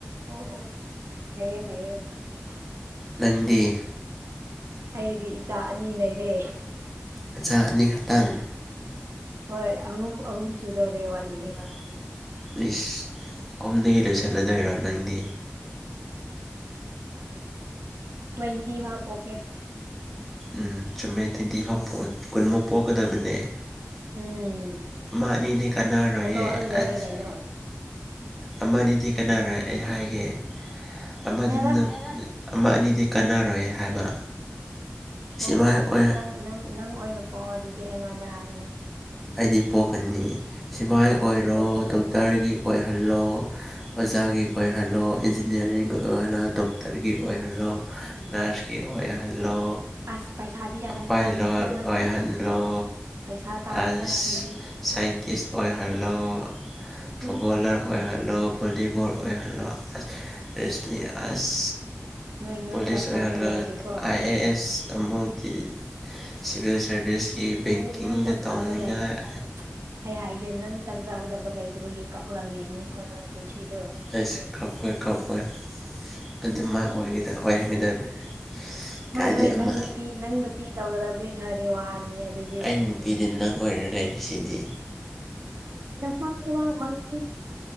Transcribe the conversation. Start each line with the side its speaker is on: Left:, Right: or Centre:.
Right: ꯑꯣ ꯑꯣ ꯐꯌꯦ ꯐꯌꯦ ꯄꯥꯈꯪ
Centre: ꯅꯪꯗꯤ
Right: ꯑꯩꯗꯤ ꯏꯆꯥ ꯑꯅꯤ ꯂꯩꯔꯦ
Centre: ꯅꯆꯥ ꯑꯅꯤ ꯈꯛꯇꯪ
Right: ꯍꯣꯏ ꯑꯍꯨꯝ ꯑꯍꯨꯝ ꯁꯨꯗꯧꯔꯦ ꯋꯥꯠꯂꯤꯌꯦ
Centre: ꯋꯥꯠꯂꯤꯌꯦ ꯏꯁ ꯑꯍꯨꯝꯗꯒꯤ ꯂꯣꯏꯁꯜꯂꯗꯣꯏꯔꯣ ꯅꯪꯗꯤ
Right: ꯇ꯭ꯋꯦꯟꯇꯤ ꯐꯥꯎ ꯄꯣꯛꯀꯦ
Centre: ꯎꯝ ꯆꯨꯝꯃꯦ ꯇ꯭ꯋꯦꯟꯇꯤ ꯐꯥꯎ ꯄꯣꯛ ꯀꯨꯟꯃꯨꯛ ꯄꯣꯛꯀꯗꯕꯅꯦ
Right: ꯎꯝ꯫
Centre: ꯑꯃ ꯑꯅꯤꯗꯤ ꯀꯅꯥꯔꯣꯏꯌꯦ
Right: ꯄꯣꯛꯊꯣꯛꯑ ꯂꯣꯏꯔꯦ
Centre: ꯑꯁ
Right: ꯀꯩꯅꯣ
Centre: ꯑꯃꯅꯤ ꯗꯤ ꯀꯟꯅꯔꯣꯏ ꯑꯩ ꯍꯥꯏꯒꯦ ꯑꯃꯗꯨꯅ
Right: ꯀꯩꯕ
Centre: ꯑꯃ ꯑꯅꯤꯗꯤ ꯀꯟꯅꯔꯣꯏꯌꯦ ꯍꯥꯏꯕ
Right: ꯑꯣ
Centre: ꯁꯤꯐꯥꯏ
Right: ꯑꯣ ꯑꯗꯨꯗꯤ
Centre: ꯑꯣꯏ
Right: ꯅꯪ ꯅꯪ ꯅꯪ ꯑꯣꯏꯅ ꯄꯣꯛꯑꯣ ꯑꯗꯨꯗꯤ ꯑꯩꯉꯣꯟꯗ ꯍꯥꯏꯔꯅꯨ
Centre: ꯑꯩꯗꯤ ꯄꯣꯛꯀꯅꯤ ꯁꯤꯕꯥꯏ ꯑꯣꯏꯔꯣ
Right: ꯄꯣꯛꯑꯣꯅ
Centre: ꯗꯣꯛꯇꯔꯒꯤ ꯑꯣꯏꯍꯜꯂꯣ ꯑꯣꯖꯥꯒꯤ ꯑꯣꯏꯍꯜꯂꯣ ꯏꯟꯖꯤꯅꯤꯌꯥꯔꯤꯡꯒꯤ ꯑꯣꯏꯍꯜꯂꯣ ꯗꯣꯛꯇꯔꯒꯤ ꯑꯣꯏꯍꯜꯂꯣ
Right: ꯎꯝ
Centre: ꯅꯔꯁꯀꯤ ꯑꯣꯏꯍꯜꯂꯣ
Right: ꯑꯁ ꯄꯩꯁꯥꯗꯤ ꯌꯥꯝ
Centre: ꯄꯥꯏꯂꯣꯠ
Right: ꯆꯪꯅꯤꯀꯣ ꯅꯪ
Centre: ꯑꯣꯏꯍꯟꯂꯣ
Right: ꯅꯪ ꯄꯩꯁꯥ ꯇꯥꯟꯕꯗ
Centre: ꯑꯁ
Right: ꯁꯤꯅꯤ
Centre: ꯁꯥꯏꯟꯇꯤꯁ ꯑꯣꯏꯍꯜꯂꯣ ꯐꯨꯠꯕꯣꯜꯂꯔ
Right: ꯏꯁ
Centre: ꯑꯣꯏꯍꯜꯂꯣ ꯕꯣꯂꯤꯕꯣꯜ ꯑꯣꯏꯍꯜꯂꯣ ꯑꯁ ꯔꯦꯁꯇꯤꯅꯤ ꯑꯁ
Right: ꯅꯣꯏ ꯅꯣꯏ
Centre: ꯄꯨꯂꯤꯁ
Right: ꯆꯥꯛ ꯆꯥꯕ
Centre: ꯑꯣꯏꯍꯜꯂꯣ
Right: ꯂꯩꯔꯦꯀꯣ
Centre: ꯑꯥꯏ ꯑꯦ ꯑꯦꯁ ꯑꯃꯨꯛ ꯊꯤ ꯁꯤꯚꯤꯜ ꯁꯔꯚꯤꯁꯀꯤ ꯕꯦꯡꯀꯤꯡꯗ
Right: ꯅꯣꯏ ꯅꯣꯏ ꯆꯥꯛ
Centre: ꯇꯧꯅꯤꯡꯉꯥꯏ
Right: ꯆꯥꯕ ꯂꯩꯌꯦ꯫ ꯑꯩ ꯍꯥꯏꯖꯦ ꯅꯪ ꯆꯥꯛ ꯆꯥꯒꯗꯕ ꯂꯩꯇꯕꯒꯤ ꯀꯞꯂꯒ ꯂꯩꯅꯤꯀꯣ ꯅꯪ ꯄꯨꯟꯁꯤꯗꯣ
Centre: ꯑꯩꯁ ꯀꯞꯄꯣꯏ ꯀꯞꯄꯣꯏ
Right: ꯎꯝ
Centre: ꯑꯗꯨ ꯃꯥ ꯑꯣꯏꯒꯗ ꯑꯣꯏꯍꯟꯒꯗꯕꯅꯤ
Right: ꯍꯣꯏ
Centre: ꯀꯥꯏꯗꯤ
Right: ꯍꯣꯏ
Centre: ꯑꯃ
Right: ꯅꯪ ꯅꯨꯄꯤ ꯅꯪ ꯅꯨꯄꯤ ꯇꯧꯒꯗꯕꯗꯤ ꯈꯔꯗꯤ ꯋꯥꯅꯤꯅꯦ ꯑꯗꯨꯏ
Centre: ꯑꯩ ꯅꯨꯄꯤꯗꯤ ꯅꯪ ꯑꯣꯏꯔ ꯂꯩꯔꯤꯁꯤꯗꯤ
Right: ꯅꯃꯪꯗꯕꯥꯎ ꯃꯪꯅꯨ